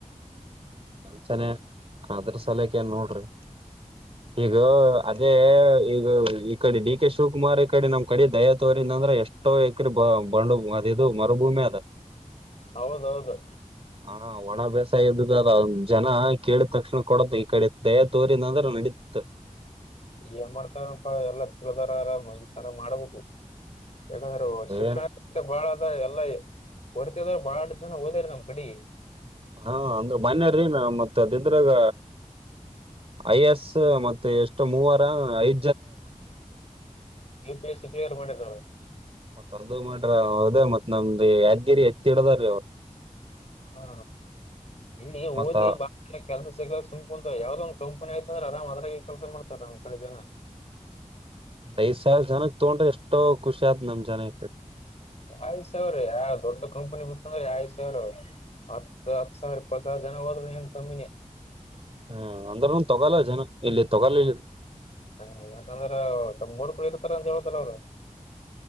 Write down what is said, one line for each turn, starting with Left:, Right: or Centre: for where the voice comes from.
Right: ಒಂದಚನ ಅದ್ರ ಸಲಕ ಏನ್ ನೋಡ್ರಿ ಈಗ ಅದೇ ಈಗ ಈ ಕಡೆ ಡಿ ಕೆ ಶಿವಕುಮಾರ್ ಈ ಕಡೆ ನಮ್ ಕಡೆ ದಯಾ ತೋರಿಂದ ಅಂದ್ರೆ ಎಷ್ಟೋ ಎಕರೆ ಬಂಡು ಅದ ಇದು ಮರುಭೂಮಿ ಅದ
Left: ಹೌದೌದು
Right: ಹಾ ಒಣ ಬ್ಯಸ ಇದ್ದ ಜನ ಕೇಳಿದ ತಕ್ಷಣ ಕೊಡತ್ ಈ ಕಡೆ ದಯಾ ತೋರಿದಂದ್ರ ನಡೀತತ್
Left: ಏನ್ ಮಾಡ್ತಾರನಪಾ ಎಲ್ಲ ತಿಳಿದಾರರಾಮ ಈತರ ಮಾಡ್ಬೇಕು ಯಾಕಂದ್ರೆ ಶಿಕ್ಷಣ
Right: ಏನ್
Left: ಬಾಳ ಅದ ಎಲ್ಲಾ ಕೊಡ್ತದ್ರ ಬಾಳ ಜನ ಹೋದಾರ ನಮ್ ಕಡೆ
Right: ಹಾ ಅಂದ್ರೆ ಮನ್ಯಾರೀ ನ ಮತ್ತೆ ಅದಿದ್ರಾಗ ಐ ಎಸ್ ಮತ್ತೆ ಎಷ್ಟು ಮೂವರ ಐ್
Left: ನೀ ಪ ಎ ಸಿ ಕ್ಲಿಯರ್ ಮಾಡಿದಳ
Right: ಮರ್ದ ಮಾಡಟ್ರ ಅವದೇ ಮತ್ ನಮ್ದ್ ಯಾದ್ಗಿರಿ ಎತ್ತಿಡದ್ರೀ ಅವರು
Left: ಹಾ ಇಲ್ಲಿ
Right: ಮತ್ತ
Left: ಓದಿ ಬ ಕೆಲಸ ಸಿಗ ಸುಕುಂಂತ ಯಾವ್ದ ಒ ಕಂಪನಿಯತ ಅ್ರ ಆರಾಮ ಅದ್ರಾಗ ಕೆಲಸ ಮಾಡತಾರೆ ನಮ್ ಕಡೆ ಜನ ಹ
Right: ಐ ಸಾವಿ ಜನಾಗ ತಗೊಂಡ್ರೆ ಎಷ್ಟೋ ಖುಷಿ ಆದ್ ನಮ್ ಜನಿ
Left: ಯಾವ್ ಸಾವರ ಯಾವ ದೊಡ್ ಕಂಪನಿ ಬತ್ತಂದ್ರೆ ಯಾವ್ ಸಾವರ ಹತ್ತು ಹತ್ತು ಸಾವಿರ ಇಪ್ಪತ್ತು ಸಾವಿರ ಜನ ಹೋದ್ರು ನ್ ಕಮ್ಮಿನೇ
Right: ಹ್ಮ ಅಂದ್ರ ಒಂದ ತೊಗೋಲ್ಲ ಜನ ಇಲ್ಲಿ ತೊಗಾಲ
Left: ಹಾ ಯಾಕಂದ್ರ ಸ್ವಲ್ಪ ಮೂರ್ ಕರು ಇಳ್ತಾರ ಅಂತ ಹೇಳೇತಾರ ಅವರು